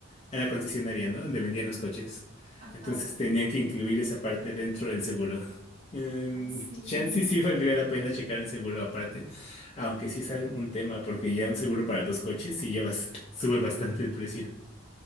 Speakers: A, on the left; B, on the right.
A: a la concesionaria, ¿no? Donde vendían los coches.
B: Ajá,
A: Entonces tenían que incluir esa parte dentro del seguro. Em,
B: ay, sí,
A: chance y sí valdría la pena checar un seguro aparte, aunque sí es un tema, porque ya un seguro para dos coches sí ya bas- sube bastante el precio.